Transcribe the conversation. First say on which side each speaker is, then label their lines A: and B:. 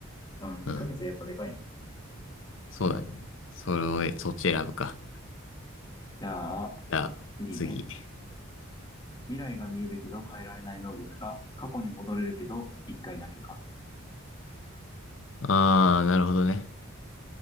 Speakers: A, on the left; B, on the left.
A: うん、2ヶ月やっぱでかいね。
B: うん。そうだね。それを、そっち選ぶか。
A: じゃあ、
B: じゃあ、
A: 次ね。
B: 次。
A: 未来が見えるけど変えられない能力か、過去に戻れるけど1回だけか。
B: あー、なるほどね。